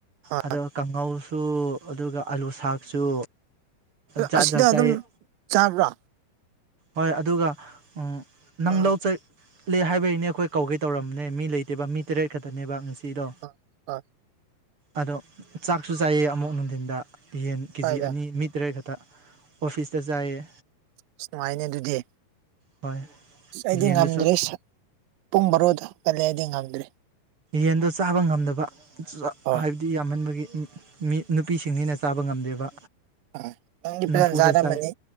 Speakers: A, on the right; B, on the right.
A: ꯑ
B: ꯑꯗꯨꯒ ꯀꯥꯡꯉꯧꯁꯨ ꯑꯗꯨꯒ ꯑꯥꯂꯨ ꯁꯥꯛꯁꯨ ꯖꯥꯠ
A: ꯑꯁꯤꯗ
B: ꯖꯥꯠ ꯆꯥꯏ
A: ꯑꯗꯨꯝ ꯆꯥꯕ꯭ꯔꯥ
B: ꯍꯣꯏ ꯑꯗꯨꯒ ꯎꯝ ꯅꯪ
A: ꯑꯥ
B: ꯂꯧ ꯆꯠ ꯂꯩ ꯍꯥꯏꯕꯩꯅꯦ ꯑꯩꯈꯣꯏ ꯀꯧꯒꯦ ꯇꯧꯔꯝꯅꯦ ꯃꯤ ꯂꯩꯇꯦꯕ ꯃꯤ ꯇꯔꯦꯠ ꯈꯛꯇꯅꯦꯕ ꯉꯁꯤ ꯁꯤꯗꯣ
A: ꯑꯥ ꯑꯥ
B: ꯑꯗꯣ ꯆꯥꯛꯁꯨ ꯆꯥꯏꯌꯦ ꯑꯃꯨꯛ ꯅꯨꯡꯊꯤꯟꯗ ꯌꯦꯟ ꯀꯦꯖꯤ
A: ꯀꯥꯏꯗ
B: ꯑꯅꯤ ꯃꯤ ꯇꯔꯦꯠ ꯈꯛꯇ ꯑꯣꯐꯤꯁꯇ ꯆꯥꯏꯌꯦ
A: ꯑꯁ ꯅꯨꯡꯉꯥꯏꯅꯦ ꯑꯗꯨꯗꯤ
B: ꯍꯣꯏ
A: ꯑꯁ ꯑꯩꯗꯤ
B: ꯌꯦꯟꯗꯨꯁꯨ
A: ꯉꯝꯗ꯭ꯔꯦ ꯁ ꯄꯨꯡ ꯕꯥꯔꯣꯗ ꯍꯧꯒꯠꯂꯦ ꯑꯩꯗꯤ ꯉꯝꯗ꯭ꯔꯦ
B: ꯌꯦꯟꯗꯣ ꯆꯥꯕ ꯉꯝꯗꯕ
A: ꯍꯣꯏ
B: ꯍꯥꯏꯕꯗꯤ ꯌꯥꯝꯃꯟꯕꯒꯤ ꯃꯤ ꯅꯨꯄꯤꯁꯤꯡꯅꯤꯅ ꯆꯥꯕ ꯉꯝꯗꯦꯕ
A: ꯑꯥ ꯅꯪꯗꯤ ꯐꯖꯅ
B: ꯅꯝꯐꯨꯗ
A: ꯆꯥꯔꯝꯃꯅꯤ
B: ꯆꯥꯏ